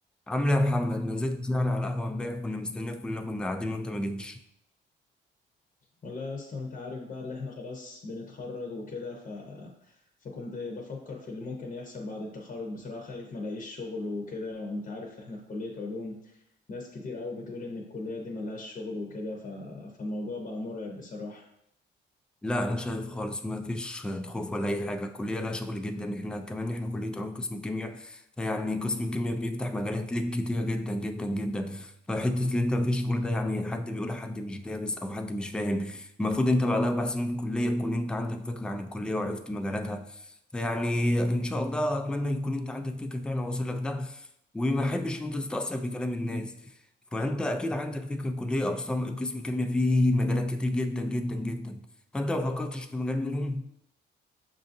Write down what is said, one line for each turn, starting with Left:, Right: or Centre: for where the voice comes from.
Centre: عامل ايه يا محمد ما نزلتش يعني على القهوه امبارح كنا مستنيك كلنا كنا قاعدين وانت ما جيتش
Left: والله يا اسطى انت عارف بقى اللي احنا خلاص بنتخرج وكده ف... فكنت بفكر في اللي ممكن يحصل بعد التخرج بصراحة خايف ما الاقيش شغل وكده وانت عارف احنا في كلية علوم ناس كتير قوي بتقول ان الكلية دي ملهاش شغل وكده ف... فالموضوع بقى مرعب بصراحة
Centre: لا انا شايف خالص ما فيش خوف ولا اي حاجه الكليه لها شغل جدا احنا كمان احنا كليه علوم قسم الكيمياء فيعني قسم الكيمياء بيفتح مجالات ليك كتيره جدا جدا جدا فحته ان انت ما فيش شغل ده يعني حد بيقول حد مش دارس او حد مش فاهم المفروض انت بعد اربع سنين من الكليه تكون انت عندك فكره عن الكليه وعرفت مجالاتها فيعني ان شاء الله اتمنى يكون انت عندك فكره فعلا واصل لك ده وما احبش ان انت تتاثر بكلام الناس فانت اكيد عندك فكره الكليه اقسام قسم كيمياء فيه مجالات كتير جدا جدا جدا فانت ما فكرتش في مجال منهم